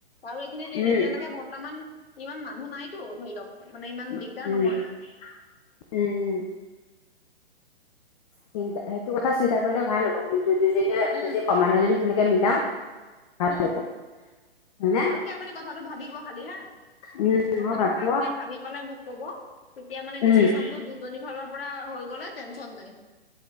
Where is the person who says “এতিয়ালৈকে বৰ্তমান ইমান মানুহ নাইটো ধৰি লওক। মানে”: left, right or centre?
Left